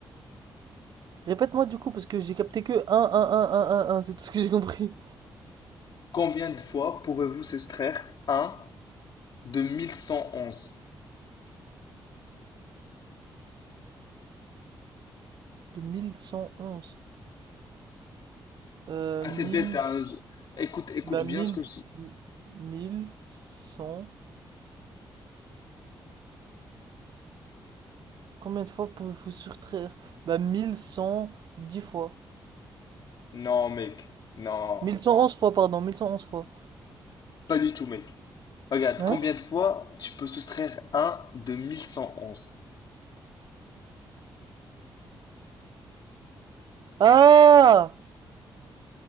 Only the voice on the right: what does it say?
Répète-moi du coup, parce que j'ai capté que un un un un un 1, c'est tout ce que j'ai compris.
De 1111. Euh,
mille
Bah,
mille
mille cent Combien de fois pouvez-vous soustraire? Bah, mille cent dix fois.
mille cent onze fois, pardon, 1111 fois.
Hein?
Ah!